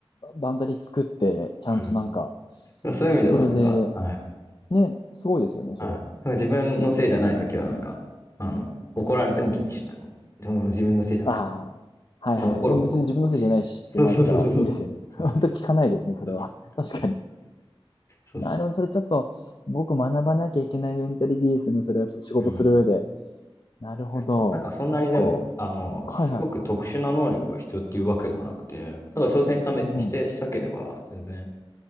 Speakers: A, on the left; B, on the left.
A: バンダリ作って、ちゃんとなんか、
B: うんそういう意味では、
A: それで、
B: なんか、はい
A: ね、すごいですよね、それ。
B: はいなんか自分のせいじゃないときは、なんか、あの、怒られても気にしないもん。でも自分のせいじゃないから。
A: ああ、はいはい。
B: そんな怒る方がおかしいよね。
A: もう別に自分のせいじゃないしって思えたらいいですよね。
B: そうそうそうそうそう。そ
A: <laughs> 本当聞かないですね、
B: うそうそう。
A: それは。<laughs> 確かに。
B: そうそうそ
A: なるほど、それちょっと、僕学ばなきゃいけないメンタリティですね、それはちょっと仕事する上で。
B: う。うん。
A: なるほど。
B: 意外と、なんかそんなにでも、
A: 結構、
B: あの、
A: はいはい。
B: すごく特殊な能力が必要っていうわけではなくて、なんか挑戦しため、
A: うんうん
B: して、したければ、全然、